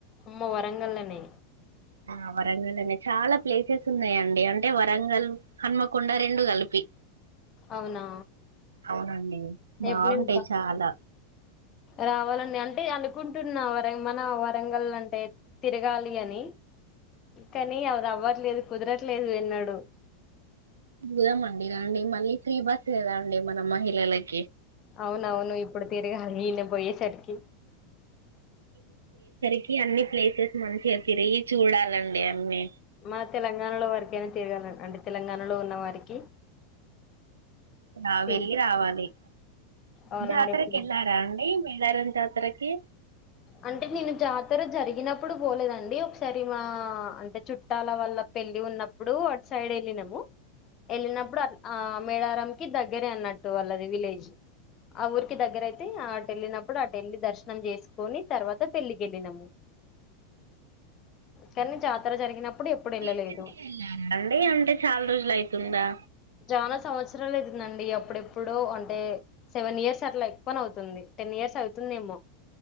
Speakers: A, on the left; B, on the right.
A: అమ్మో వరంగల్ లోనే
B: ఆ వరంగల్ లోనే చాలా ప్లేసెస్ ఉన్నాయండి అంటే వరంగల్ హన్మకొండ రెండు కలిపి
A: అవునా!
B: అవునండి బావుంటాయి
A: ఎప్పుడు నేను ప
B: చాలా
A: రావాలండి అంటే అనుకుంటున్నా వరైం మన వరంగల్ అంటే తిరగాలి అని కానీ అది అవ్వట్లేదు కుదరట్లేదు ఎన్నడు
B: పొదమండి రండి మళ్ళీ ఫ్రీ బస్సే గా అండి మన మహిళలకి
A: అవునవును ఇప్పుడు తిరగాలి ఈయన పోయేసరికి
B: ఈ అన్ని ప్లేసెస్ మంచిగా తిరిగి చూడాలండి అన్నీ
A: మా తెలంగాణలో వరికైనా తిరగలండి అంటే తెలంగాణలో ఉన్న వారికి
B: రా
A: తిరి-
B: వెళ్లి రావాలి
A: అవునండి
B: జాతరకి
A: ఇప్పుడు
B: ఎల్లారా అండి మేడారం జాతరకి
A: అంటే నేను జాతర జరిగినప్పుడు పోలేదండి ఒకసారి మా అంటే చుట్టాల వల్ల పెళ్లి ఉన్నప్పుడు అటు సైడ్ వెళ్ళినము వెళ్ళినప్పుడు ఆ మేడారం కి దగ్గరే అన్నట్టు వాళ్ళది విలేజ్ ఆ ఊర్కి దగ్గరైతే ఆ వెళ్ళినప్పుడు అటు వెళ్లి దర్శనం చేసు కోని తర్వాత పెళ్లికి వెళ్ళినాము కానీ జాతర జరిగినప్పుడు ఎప్పుడు వెళ్ళలేదు
B: రీసెంట్ గా ఎల్లరా అండి అంటే చాలా రోజులు అయితుందా
A: జానా సంవత్సరాలు అయితుందండి అప్పుడెప్పుడో అంటే సెవెన్ ఇయర్స్ అట్లా ఎక్కువనే అవుతుంది టెన్ ఇయర్స్ అవుతుందేమో